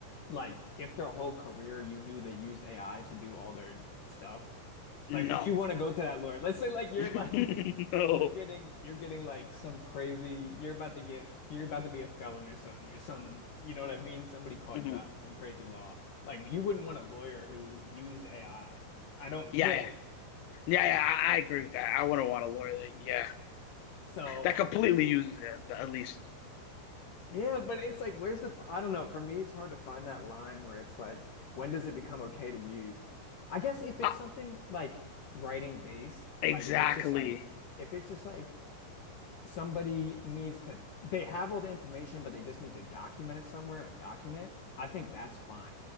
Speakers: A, on the left; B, on the left.
A: like, if their whole career you knew they used AI to do all their stuff?
B: No.
A: Like, would you want to go to that lawyer? Let's say, like, you're
B: <laughs>
A: like, <laughs>
B: No.
A: you're getting, you're getting like some crazy, you're about to get, you're about to be a felon or something, or some, you know what I mean? Somebody caught
B: hmm
A: you out, some crazy law. Like, you wouldn't want a lawyer who used AI. I I don't
B: Yeah,
A: think.
B: yeah. Yeah, yeah, I, I agree with that. I wouldn't want a lawyer that, yeah,
A: So,
B: that completely uses it, at least.
A: Yeah, but it's like, where's the, f- I don't know. For me, it's hard to find that line where it's like, when does it become okay to use? I guess if
B: Ah,
A: it's something like writing based,
B: exactly.
A: like if it's just like, if it's just like, somebody needs to they have all the information but they just need to document it somewhere in a document i think that's fine